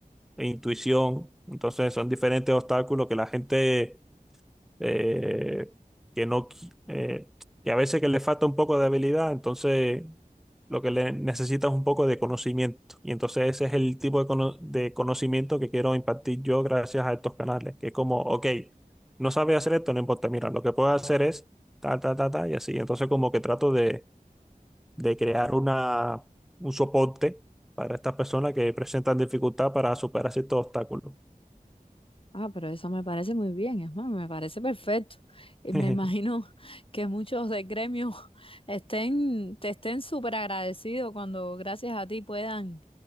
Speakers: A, in the centre; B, on the left.
A: e intuición. Entonces son diferentes obstáculos que la gente eh, que no, qui- eh, que a veces que le falta un poco de habilidad, entonces lo que le necesita es un poco de conocimiento. Y entonces ese es el tipo de, cono- de conocimiento que quiero impartir yo gracias a estos canales, que es como, ok, no sabe hacer esto, no importa, mira, lo que puedo hacer es ta, ta, ta, ta, y así. Entonces como que trato de, de crear una, un soporte para estas personas que presentan dificultad para superar ciertos obstáculos.
B: Ah, pero eso me parece muy bien, es más, me parece perfecto. Y me
A: <laughs>
B: imagino <laughs> que muchos de gremio <laughs> estén, te estén súper agradecidos cuando gracias a ti puedan